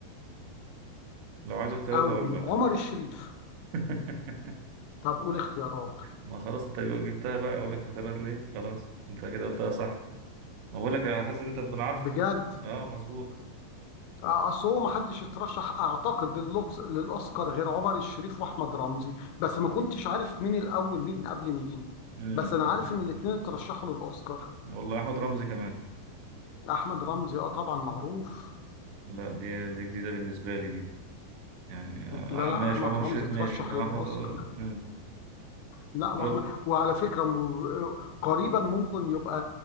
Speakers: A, on the right (about 80°); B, on the left (about 80°).
A: لو عايز اختيارات
B: اول
A: هقول لك
B: عمر الشريف
A: <laughs>
B: طب قول اختيارات
A: ما خلاص انت لو جبتها بقى اقول لك اختيارات ليه خلاص انت كده قلتها صح اقول لك انا حاسس ان انت تكون عارفه
B: بجد
A: اه مظبوط
B: آه، اصل هو ما حدش اترشح اعتقد للأقص- للاوسكار غير عمر الشريف واحمد رمزي بس ما كنتش عارف مين الاول مين قبل مين
A: امم
B: بس انا عارف
A: أمم.
B: ان الاتنين اترشحوا للاوسكار
A: والله احمد رمزي كمان
B: احمد رمزي اه طبعا معروف
A: لا دي دي جديده بالنسبه لي دي يعني اه
B: لا لا
A: ماشي
B: احمد
A: عمر
B: رمزي
A: الشريف
B: ترشح
A: ماشي انما
B: للاوسكار
A: احمد آه، امم
B: لا
A: لا
B: واحمد وعلى فكره م- قريبا ممكن يبقى